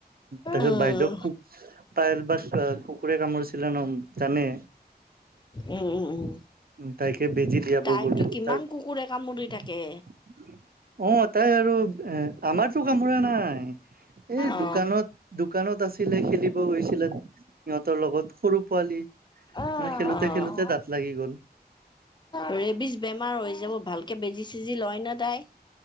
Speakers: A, on the right (about 60°); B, on the left (about 25°).
A: তাৰপিছত
B: উম
A: বাইদেউ <unintelligible> <unintelligible> কুকুৰে কামুৰিছিলে ন <unintelligible> জানে।
B: উম উম উম
A: তাইকে বেজি <unintelligible> অ <unintelligible>
B: তাইকতো কিমান কুকুৰে কামুৰি থাকে
A: আৰু আমাৰতো কামোৰা নাই। এই
B: অ
A: দোকানত, দোকানত আছিলে খেলিব গৈছিলে সিহঁত। তৰ লগত সৰু পোৱালি
B: অ
A: মানে খেলোতে-খেলোতে দাঁত লাগি গ'ল।
B: ৰেবিচ বেমাৰ হৈ যাব। ভালকে বেজি-চেজি লয় ন তাই?